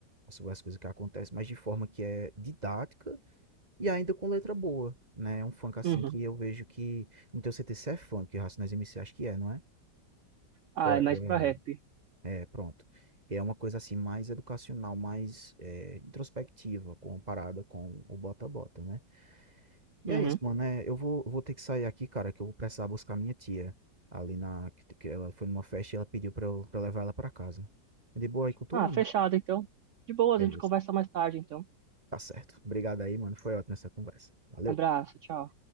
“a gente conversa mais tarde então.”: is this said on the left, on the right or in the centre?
Right